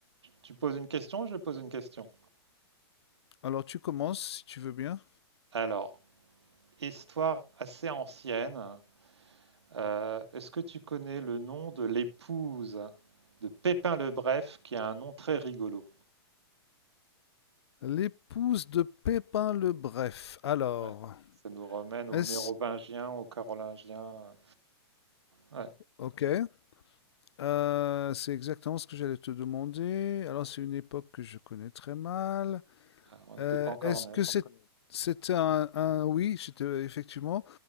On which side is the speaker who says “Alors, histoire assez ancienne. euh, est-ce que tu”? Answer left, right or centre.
Right